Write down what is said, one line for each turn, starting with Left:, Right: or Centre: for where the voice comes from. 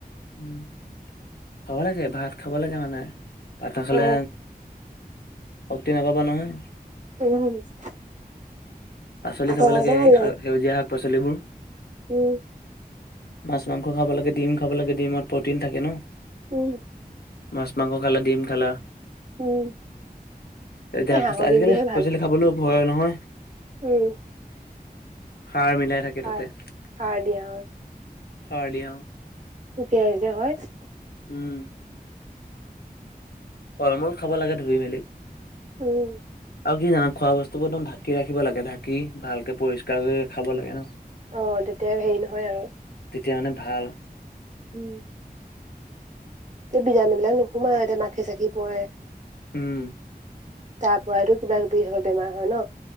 Left: উম খাব লাগে ভাত খাব লাগে মানে। ভাত নাখালে
Right: অ
Left: শক্তি নাপাবা নহয়।
Right: <unintelligible>
Left: পাচলি
Right: ভাতৰ
Left: খাব
Right: লগতে
Left: লাগে
Right: ভাল
Left: সেউজীয়া শাক পাচলিবোৰ।
Right: উম।
Left: মাছ মাংস খাব লাগে ডিম খাব লাগে ডিমত প্ৰটিন থাকে ন।
Right: উম।
Left: মাছ মাংস খালে ডিম খালা। <inaudible>
Right: উম এই হাঁহৰ
Left: আজিকালি
Right: দিনটোহে
Left: শাক
Right: ভাল
Left: পাচলি খাবলৈও ভয় নহয়।
Right: উম।
Left: সাৰ মিলাই থাকে
Right: হয়
Left: তাতে সাৰ
Right: সাৰ দিয়া হয়
Left: দিয়া।
Right: পোকিয়াৰ যে হয়।
Left: উম। ফল মূল খাব লাগে ধুই মেলি।
Right: উম।
Left: আৰু কি জানো খোৱা বস্তুবোৰ একদম ঢাকি ৰাখিব লাগে ঢাকি ভালকে পৰিষ্কাৰ কৰি খাব লাগে ন।
Right: অ তেতিয়া হেৰি নহয় আও।
Left: তেতিয়া মানে ভাল।
Right: উম। তে বিজাণু বিলাক নোসোমায় এতিয়া মাখি চাখি পয়ে।
Left: উম।
Right: তাৰ পৰাই টো কিবা কিবি হয় বেমাৰ হয় ন।